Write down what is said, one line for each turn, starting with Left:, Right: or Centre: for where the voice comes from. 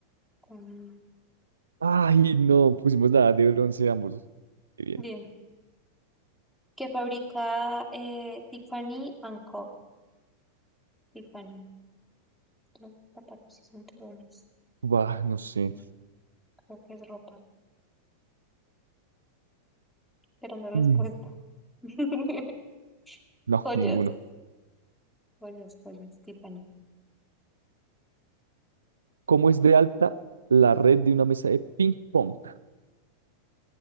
Centre: con
Right: Ay, no, pusimos la edad de bronce ambos. Qué bien.
Centre: Bien. Que fabrica eh, Tiffany and Co. Tiffany. Los zapatos y cinturones.
Right: Bah, no sé.
Centre: Mm, Creo que es ropa. Esperando respuesta.
Right: Mm,
Centre: <laughs>
Right: no,
Centre: Joyas.
Right: ninguno.
Centre: Joyas, joyas. Tiffany.
Right: ¿Cómo es de alta la red de una mesa de ping pong?